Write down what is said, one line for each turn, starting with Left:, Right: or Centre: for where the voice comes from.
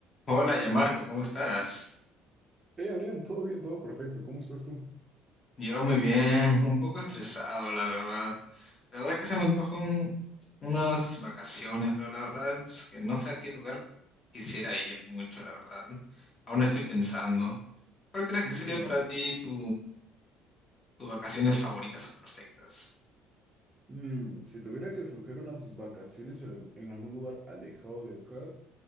Left: Hola, ya Marco, ¿cómo estás?
Right: Hey Adrián, todo bien, todo perfecto. ¿Cómo estás tú?
Left: Yo muy bien, un poco estresado, la verdad. La verdad es que se me antojan unas vacaciones, pero la verdad es que no sé a qué lugar quisiera ir mucho, la verdad. Aún no estoy pensando. ¿Cuál crees que
Right: Mm,
Left: sería para ti tu, tus vacaciones favoritas o perfectas?
Right: Mm, si tuviera que escoger unas vacaciones en algu- en algún lugar alejado de acá,